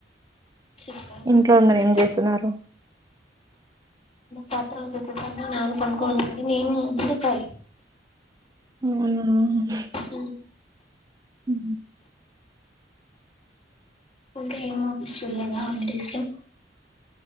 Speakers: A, on the left; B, on the right.
A: చెప్పాలా
B: ఇంట్లో
A: మీరే
B: అందరు ఏం చేస్తున్నారు
A: పాత్రలదతత నాను కన్కొంది నేను ముందు ఖాలలి
B: అ <inaudible>
A: అ
B: హ
A: ఇంకా ఏంఫష్ట లేదా హాలిడేస్ లో